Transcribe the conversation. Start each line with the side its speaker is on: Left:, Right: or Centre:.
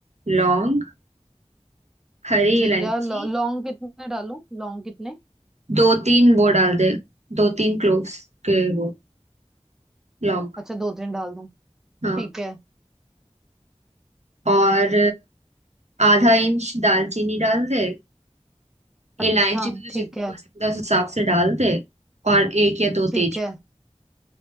Right: लौंग हरी
Centre: जीरा
Right: इलायची
Centre: लौ, लौंग कितने डालूं लौंग कितने
Right: दो तीन वो डाल दे दो तीन क्लोव्स के वो लॉन्ग
Centre: अच्छा दो तीन डाल दूं
Right: हाँ
Centre: ठीक है
Right: और आधा इंच दालचीनी डाल दे
Centre: अच्छा
Right: इलायची तुझे
Centre: ठीक
Right: जितनी
Centre: है
Right: पसंद है उस हिसाब से डाल दे और एक या दो
Centre: ठीक
Right: तेजपत्ता
Centre: है